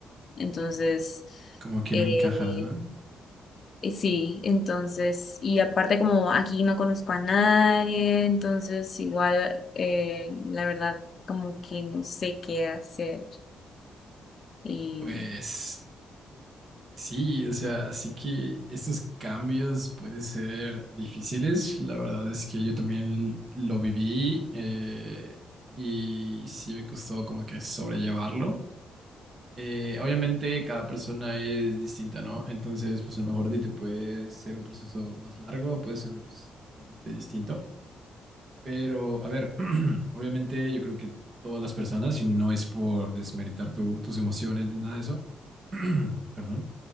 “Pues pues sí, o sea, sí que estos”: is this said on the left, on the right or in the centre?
Right